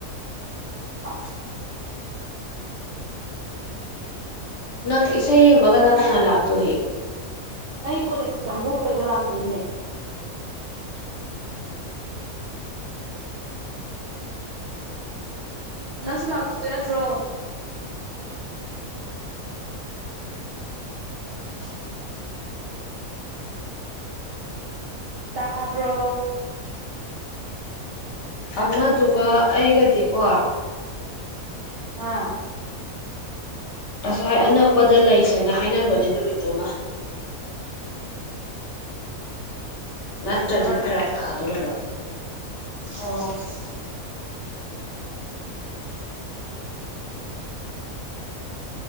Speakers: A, on the right; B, on the left.
A: <unintelligible>
B: ꯅꯪ ꯏꯁꯩ ꯌꯦꯡꯕ ꯀꯅꯥ-ꯀꯅꯥ ꯂꯥꯛꯇꯣꯔꯤ꯫
A: ꯑꯩ ꯀꯣꯂꯦꯖꯀ ꯀꯥꯡꯕꯨ ꯍꫭꯏꯒ ꯂꯥꯛꯇꯣꯏꯅꯦ꯫ ꯅꯪꯁꯨ ꯂꯥꯛꯇꯣꯏ ꯅꯠꯇ꯭ꯔꯣ꯫ <unintelligible> ꯇꯥꯕ꯭ꯔꯣ꯫
B: ꯑꯃꯗꯨꯒ
A: ꯅꯪ
B: ꯑꯩꯒꯗꯤꯀꯣ
A: ꯑꯥ꯫
B: ꯑꯁꯥꯏ ꯑꯅꯛꯄꯗ ꯂꯩꯁꯦꯅ ꯍꯥꯏꯅꯕꯅꯦ ꯅꯨꯃꯤꯠꯇꯨꯃ꯫ ꯅꯠꯇ꯭ꯔꯗꯤ
A: ꯆꯪꯉꯔꯣꯏ
B: ꯐꯔꯛ ꯇꯥꯗꯣꯔꯕ꯫
A: ꯑꫭ꯫